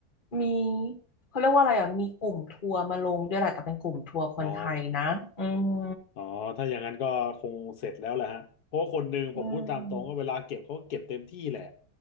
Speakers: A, on the left (about 35°); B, on the left (about 80°).
A: มีเขาเรียกว่าอะไรอ่ะมีกลุ่มทัวร์มาลงด้วยแหละแต่เป็นกลุ่มทัวร์คนไทยนะอืม
B: อ๋อ อ๋อถ้าอย่างนั้นก็คงเสร็จแล้วแหละฮะเพราะว่าคนหนึ่งผมพูดตามตรงก็เวลาเก็บเขาก็เก็บเต็มที่แหละ
A: อืม